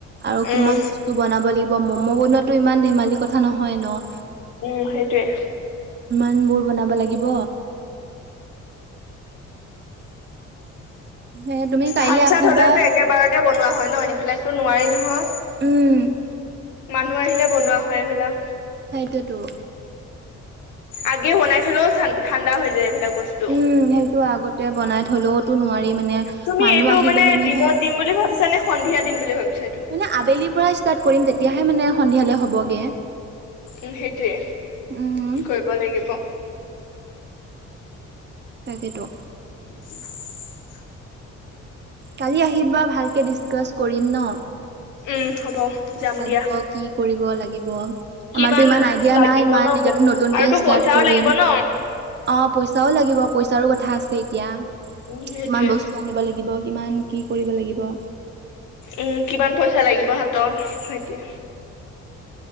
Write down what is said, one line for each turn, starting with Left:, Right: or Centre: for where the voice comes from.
Right: আৰু কিমান
Left: উম
Right: বস্তু বনাব লাগিব ম'ম' বনোৱাটো ইমান ধেমালি কথা নহয় ন'।
Left: উম, সেইটোৱে।
Right: ইমানবোৰ বনাব লাগিব। সেয়ে তুমি কাইলে
Left: ভাত-চাত
Right: আহিবা
Left: হলেওতো একেবাৰতে বনোৱা হয় ন'সেই বিলাকতো নোৱাৰি নহয়।
Right: উম,
Left: মই আহিলে বনোৱা হয় এইবিলাক।
Right: সেইটোৱেই টো।
Left: আগে বনাই থলেও ঠাণ্ডা হৈ যায় এইবিলাক। বস্তু
Right: উম, সেইটো আগতে বনাই থলেওতো নোৱাৰি। মা নে
Left: তুমি
Right: মানুহ
Left: এইটো
Right: আহিলে
Left: মানে
Right: মানেহে
Left: দিনত দিম বুলি ভাবিছা নে সন্ধিয়া দিম বুলি ভাবিছা এইটো
Right: এনে আবেলিৰ পৰা ষ্টা ষ্টাৰ্ট কৰিম তেতিয়াহে মানে সন্ধিয়ালে হ'বগে।
Left: উম, সেইটোয়ে
Right: উম
Left: কৰিব লাগিব।
Right: তাকেটো।
Left: <inaudible>
Right: কালি আহিবা, ভালকে ডিচকাছ কৰিম ন।
Left: উম হ'ব
Right: কিমান
Left: যাম
Right: লাগিব?
Left: দিয়া
Right: কি কৰিব লাগিব?
Left: কিমান
Right: আমাৰতো ইমান আইডিয়া
Left: লাগিব
Right: নাই ইমান
Left: ন
Right: নিজৰটো নতুনকে
Left: আৰুতো
Right: ষ্টাৰ্ট
Left: পইচাও
Right: কৰিম।
Left: লাগিব ন
Right: অপ পইচাও লাগিব পইচাৰো কথা আছে এতিয়া
Left: উম সেইটোয়ে
Right: কিমান বস্তু আনিব লাগিব। কিমান কি কৰিব লাগিব।
Left: উম কিমান পইচা লাগিব হাতত সেইতিয়া